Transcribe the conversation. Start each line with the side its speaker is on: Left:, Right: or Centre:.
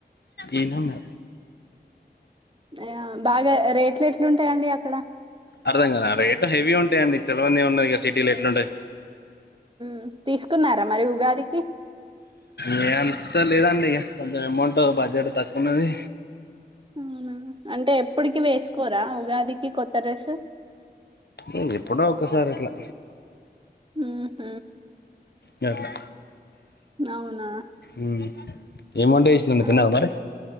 Left: ఏనున్నా
Right: అ బాగా రేప్ స్లెట్లు ఉంటాయండి అక్కడ
Left: అర్థం కలా, రేట్ హెవీ ఉంటాయి అండి చలవన్నీ ఉన్నాయి ఇక సిటీలో ఎట్లుంటాయి
Right: మ్ తీసుకున్నారా మరి ఉగాదికి
Left: ఏ అంత లేదండి ఇక కొంచెం అమౌంట్ బడ్జెట్ తక్కువ ఉన్నది
Right: అవునా అంటే ఎప్పటికి వేసుకోరా ఉగాది ఇ కొత్తా డ్రెస్
Left: ఏ ఎప్పుడో ఒక్కసారి అట్లా
Right: ఆ హ
Left: గట్ల
Right: నవునా
Left: మ్మ్ ఏం వంట చేసిందండి
Right: ఆ
Left: తిన్నార మరి